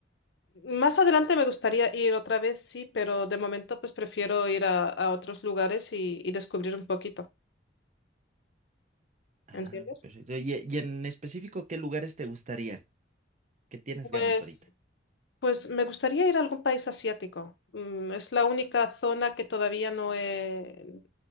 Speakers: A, on the left (about 65°); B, on the right (about 40°).
A: Más adelante me gustaría ir otra vez, sí, pero de momento pues prefiero ir a, a otros lugares y, y descubrir un poquito,
B: Ah,
A: ¿entiendes?
B: perfecto. Y, y en específico, ¿qué lugares te gustarían? ¿Qué tienes
A: Pues
B: ganas ahorita?
A: Pues me gustaría ir a algún país asiático. Mm, Es la única zona que todavía no he,